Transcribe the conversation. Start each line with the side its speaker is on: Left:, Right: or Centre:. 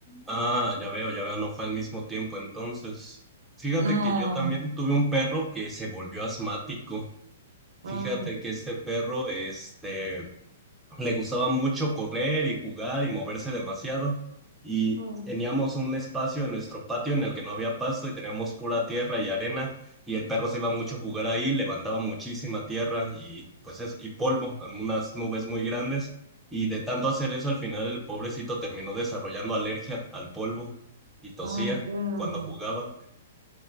Centre: ah, ya veo, ya veo, no fue al mismo tiempo entonces. Fíjate
Right: No.
Centre: que yo también tuve un perro que se volvió asmático. Fíjate
Right: Ah,
Centre: que este perro, este, Le gustaba mucho correr y jugar y moverse demasiado. Y
Right: ah,
Centre: teníamos un espacio en nuestro patio en el que no había pasto y teníamos pura tierra y arena. Y el perro se iba mucho a jugar ahí, levantaba muchísima tierra y pues es, y polvo, unas nubes muy grandes. Y de tanto hacer eso, al final el pobrecito terminó desarrollando alergia al polvo y tosía
Right: ah, claro.
Centre: cuando jugaba.